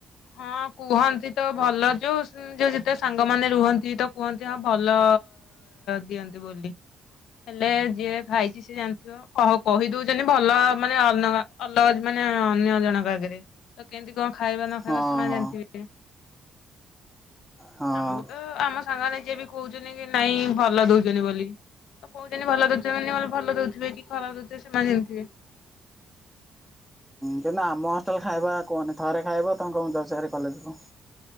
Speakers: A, on the left; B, in the centre.
A: ହଁ କୁହନ୍ତି ତ ଭଲ ଯୋଉ ସୁ ଯୋଉ ଯେତେ ସାଙ୍ଗ ମାନେ ରୁହନ୍ତି ତ କୁହନ୍ତି ହଁ ଭଲ ଦିଅନ୍ତି ବୋଲି। ହେଲେ ଯିଏ ଖାଇଛି ସେ ଜାଣିଥିବ। କ କହ କହି ଦୋଉଛନ୍ତି ଭଲ ମାନେ ଅନ ଅଲଗା ମାନେ ଅନ୍ୟ ଜଣଙ୍କ ଆଗରେ। ତ କେମିତି କଣ ଖାଇବା ନ
B: ହଁ
A: ଖାଇବା ସେମାନେ
B: ହଁ
A: ଜାଣିଥିବେ।
B: ହଁ।
A: ଆମକୁ ତ ତ ଆମ ସାଙ୍ଗମାନେ ଯିଏ ବି କହୁଛନ୍ତି କି ନାଇଁ ଭଲ ଦଉଛନ୍ତି ବୋଲି। ତ କହୁଛନ୍ତି ଭଲ ଦୋଉଥିବେ ମାନେ ଭଲ ଦୋଉଥିବେ କି ଖରାପ ଦୋଉଥିବେ ସେମାନେ ଜାଣିଥିବେ।
B: କି ନା ଆମ ହଷ୍ଟେଲ୍ ଖାଇବା କୁହନି ଥରେ ଖାଇବା ତମେ କହିବ ମୁ ଯାଉଚି ଭାରି କଲେଜରୁ।